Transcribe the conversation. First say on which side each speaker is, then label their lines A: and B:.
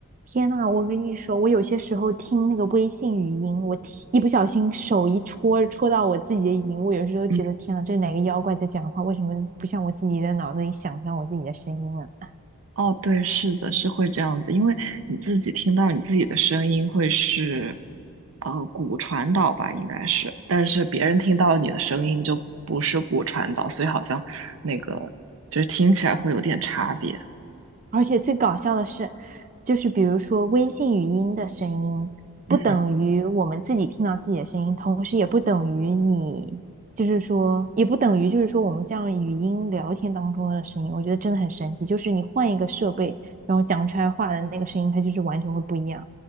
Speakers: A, on the right (about 35°); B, on the right (about 70°).
A: 天呐，我跟你说，我有些时候听那个微信语音，我听一不小心手一戳戳到我自己的语音，我有时候觉得天呐，
B: 嗯，
A: 这是哪个妖怪在讲话？为什么不像我自己的脑子里想象我自己的声音啊？
B: 哦，对，是的，是会这样子，因为你自己听到你自己的声音会是，呃，骨传导吧，应该是，但是别人听到你的声音就不是骨传导，所以好像那个就是听起来会有点差别。
A: 而且最搞笑的是，就是比如说微信语音的声音，
B: 嗯，
A: 不等于我们自己听到自己的声音，同时也不等于你，就是说，也不等于就是说我们像语音聊天当中的声音。我觉得真的很神奇，就是你换一个设备，然后讲出来话的那个声音，它就是完全会不一样。